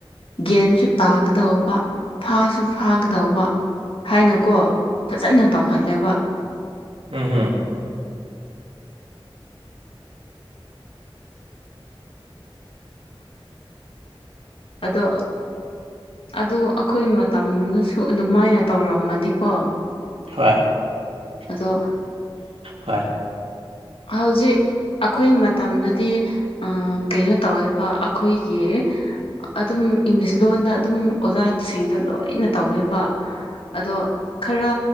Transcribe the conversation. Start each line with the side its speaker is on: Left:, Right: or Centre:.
Left: ꯒ꯭ꯌꯟꯁꯨ ꯇꯥꯒꯗꯧꯕ ꯐꯥꯁꯨ ꯐꯥꯒꯗꯧꯕ ꯍꯥꯏꯅꯀꯣ ꯐꯖꯟꯅ ꯇꯧꯍꯜꯂꯦꯕ
Right: ꯎꯝ <unintelligible> <inaudible>
Left: ꯑꯗꯣ ꯑꯥ ꯑꯗꯨ ꯑꯈꯣꯏ ꯃꯇꯝꯗꯨꯁꯨ ꯑꯗꯨꯃꯥꯏꯅ ꯇꯧꯔꯝꯃꯗꯤꯀꯣ
Right: ꯍꯣꯏ
Left: ꯑꯗꯣ
Right: ꯍꯣꯏ
Left: ꯍꯧꯖꯤꯛ ꯑꯈꯣꯏ ꯃꯇꯝꯗꯗꯤ ꯑ ꯀꯩꯅꯣ ꯇꯧꯋꯦꯕ ꯑꯈꯣꯏꯒꯤ ꯑꯗꯨꯝ ꯏꯪꯂꯤꯁ ꯂꯣꯟꯗ ꯑꯗꯨꯝ ꯑꯣꯖꯥꯠꯁꯤꯡꯗꯣ ꯂꯣꯏꯅ ꯇꯧꯋꯦꯕ ꯑꯗꯣ ꯈꯔ